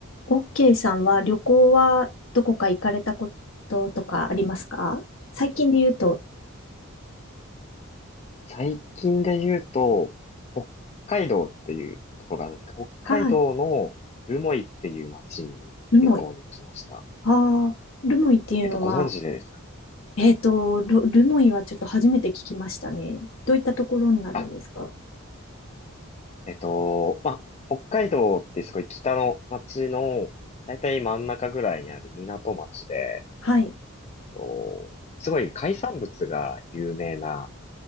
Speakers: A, on the left; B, on the left.
A: OK さんは旅行はどこか行かれたこととかありますか最近で言うと、
B: 最近で言うと、北海道っていうところがあるんですけど、
A: はい、
B: 北海道の留萌っていう町に旅行に行きました。
A: ルモイ。ああ、ルモイっていうのは、
B: えっと、ご存知でですかね
A: えっと、ル、ルモイはちょっと初めて聞きましたね。どういったところになるんですか
B: あ、えっと、まあ、北海道ってすごい北の町の、だいたい真ん中ぐらいにある港町で、え
A: はい。
B: っと、すごい海産物が有名な